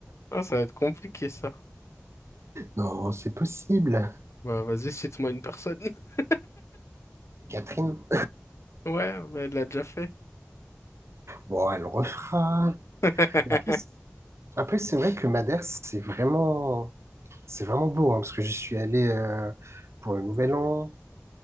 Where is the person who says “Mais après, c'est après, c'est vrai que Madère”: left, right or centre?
Right